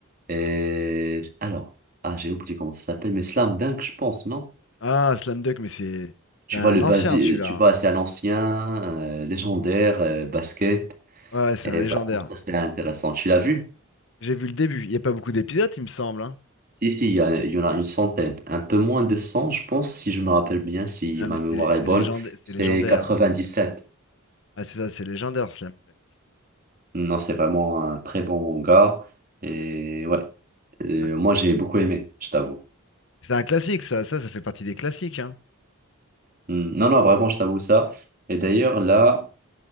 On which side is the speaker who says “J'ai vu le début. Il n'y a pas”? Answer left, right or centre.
Left